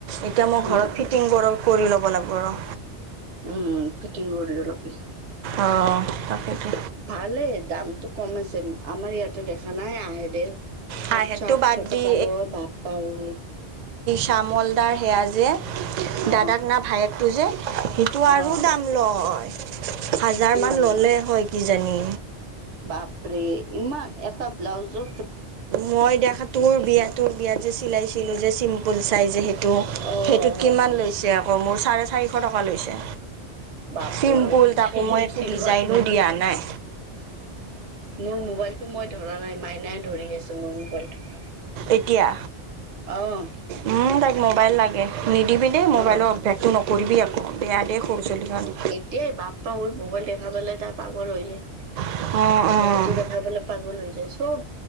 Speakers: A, on the right; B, on the right.
A: এতিয়া মই
B: উম,
A: ঘৰত ফিট কটিং কৰ-কৰি ল'ব লাগব ৰ'।
B: উম, ফিটিং কৰি লবি অলপ।
A: অ', তাকেইেতো।
B: ভালে দামটো কম আছে আমাৰ ইয়াতে দেখা নাই আহে দে সাতশ,
A: আহ সেইটো
B: আঠশ
A: বাদ
B: টকা
A: দি
B: লয়, বাপা ঐ।
A: শ্যামল দা সেয়া যে
B: অ',
A: দাদাক না ভায়েকটো যে সিটো আৰু
B: অ'।
A: দাম লয়। হাজাৰ
B: কিমান
A: মান ল'লে
B: লয়,
A: হয় কিজানি।
B: বাপৰে ইমান এটা ব্লাউজও
A: মই দেখা তোৰ বিয়া তোৰ বিয়াত যে চিলাইছিলোঁ যে চিম্পুল চাইজে সেইটো,
B: অ',
A: সেইটো কিমান লৈছে আকৌ, মোৰ চাৰে চাৰিশ টকা লৈছে।
B: বাপৰে
A: চিম্পুল তাকো
B: সেই
A: মই একো
B: চিলভাতকৈ
A: ডিজাইনো দিয়া নাই।
B: মোৰ মোবাইলটো মই ধৰা নাই, মাইনাই ধৰি আছে মোৰ মোবাইলটো।
A: এতিয়া,
B: অ',
A: উম, তাইক মোবাইল লাগে। নিদিবি দেই মোবাইলৰ
B: অ'।
A: অভ্যাসটো নকৰিবি আকৌ বেয়া দে সৰু চলিৰ কাৰণে।
B: এাই বাপ ঔ ম'বাইল দেখা পালে তাই পাগল হৈ যায়,
A: কাৰণে
B: বস্তু দেখা পালে পাগল হৈ যায় চব